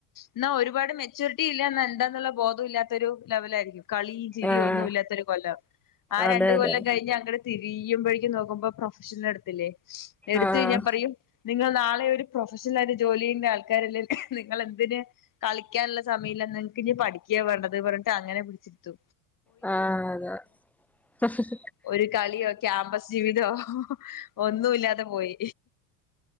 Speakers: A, on the left; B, in the centre.
A: എന്നാ ഒരുപാട് മെച്ചയൂറിറ്റി ഇല്ല എന്താന്നുള്ള ബോധം ഇല്ലാത്തൊരു ലെവലായിരിക്കും കളിയും ചിരി
B: ആഹ്
A: ഒന്നും ഇല്ലാത്തൊരു കൊല്ലം ആ
B: അതെ
A: രണ്ടുകൊല്ലം
B: അതെ
A: കഴിഞ്ഞ അങ്ങട് തിരിയുമ്പോഴേക്കും നോക്കുമ്പോ പ്രൊഫഷൻ എടുത്തില്ലേ എടുത്ത
B: ആഹ്
A: കഴിഞ്ഞാ പറയും നിങ്ങൾ നാ ഒരു പ്രൊഫഷണൽ ആയിട്ട് ജോലി ചെയ്യുന്ന ആൾക്കാരല്ലേ നിങ്ങെളെന്തിന് കളിക്കാനുള്ള സമയമില്ല നിങ്ങക്ക് ഇനി പഠിക്കുക വേണ്ടത് പറഞ്ഞിട്ട് അങ്ങനെ പിടിച്ചെടുത്തു
B: ആ അത <unintelligible>
A: ഒരു കളിയോ ക്യാമ്പസ് ജീവിതോ ഒന്നും ഇല്ലാതെ പോയി